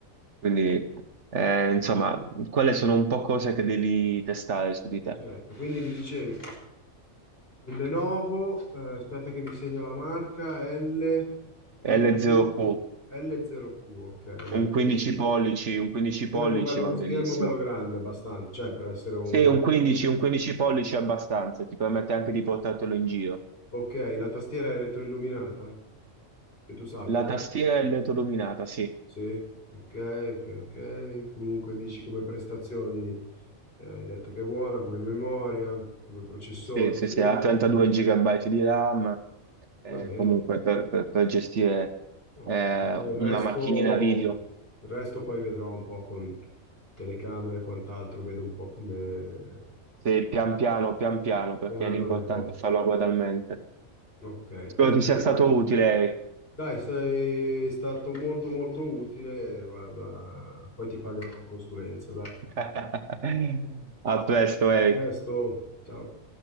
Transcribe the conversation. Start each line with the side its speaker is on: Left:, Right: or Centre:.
Right: Quindi... Eh, insomma, quelle sono un po' cose che devi testare su di te.
Left: Certo, quindi mi dicevi, il Lenovo, eh, aspetta che mi segno la marca, L, LQ,
Right: L0Q,
Left: L0Q, ok, L0Q.
Right: un 15 pollici, un 15
Left: Schermo
Right: pollici
Left: bello,
Right: va benissimo.
Left: schermo bello grande, abbastanza, cioè per essere un...
Right: Sì, un 15, un 15 pollici è abbastanza, ti permette anche di portartelo in giro.
Left: Ok, la tastiera è retroilluminata, che tu sappia.
Right: La tastiera è LED illuminata, sì.
Left: Sì, ok, ok, ok. Comunque dici come prestazioni, eh, hai detto che è buona, come memoria, come processore,
Right: Sì, sì,
Left: sì,
Right: sì, ha 32 GB di RAM, eh,
Left: va bene.
Right: comunque per, per- per gestire
Left: Ok,
Right: eh,
Left: poi il
Right: una
Left: resto,
Right: macchinina video,
Left: il resto poi vedrò un po' con telecamere e quant'altro, vedo un po' come
Right: sì, pian piano, pian piano, perché
Left: piano,
Right: l'importante
Left: vedo...
Right: è farlo gradualmente.
Left: Ok,
Right: Spero
Left: perfetto.
Right: ti sia stato utile, Eric.
Left: Dai, sei stato molto molto utile, guarda, poi ti pagherò la consulenza, dai.
Right: <laughs> A presto,
Left: A
Right: Eric.
Left: presto, ciao.